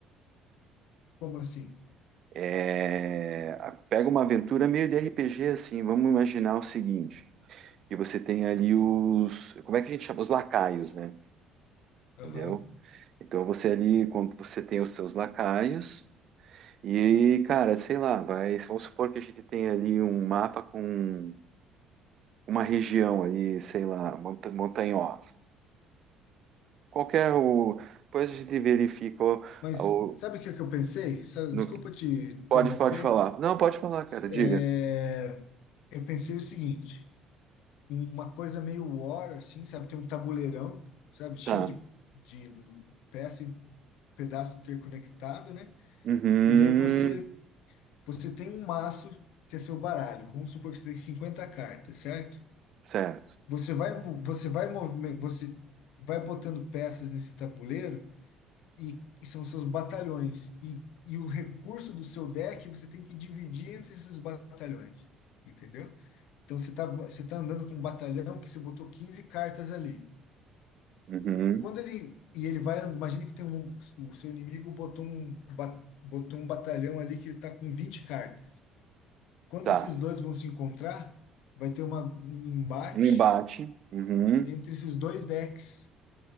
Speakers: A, on the left; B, on the right.
A: Como assim?
B: É, pega uma aventura meio de RPG assim. Vamos imaginar o seguinte: que você tem ali os, como é que a gente chama? Os lacaios, né?
A: Aham.
B: Entendeu? Então você ali, quando você tem os seus lacaios e, cara, sei lá, vai, vamos supor que a gente tem ali um mapa com uma região ali, sei lá, monta- montanhosa. qualquer o? Depois a gente verifica o,
A: Mas
B: o-
A: sabe o que é que eu pensei? Sabe-
B: no-
A: Desculpa te interromper.
B: pode, pode falar. Não, pode falar, cara. Diga.
A: é, eu pensei o seguinte, uma coisa meio war, assim, sabe? Tem um tabuleirão, sabe? Cheio
B: Tá.
A: de, de peça e pedaço interconectado, né?
B: Uhum.
A: E daí você, você tem um maço que é seu baralho. Vamos supor que você tem 50 cartas, certo?
B: Certo.
A: Você vai, mo- você vai, movime- você vai botando peças nesse tabuleiro e, e são seus batalhões. E, e o recurso do seu deck você tem que dividir entre esses batalhões. Entendeu? Então você tá, você tá andando com um batalhão que você botou 15 cartas ali.
B: Uhum.
A: Quando ele. E ele vai. Imagina que tem um, o seu inimigo botou um, ba- botou um batalhão ali que ele tá com 20 cartas. Quando
B: Tá.
A: esses dois vão se encontrar, vai ter uma, um embate
B: Um embate. Uhum.
A: entre esses dois decks.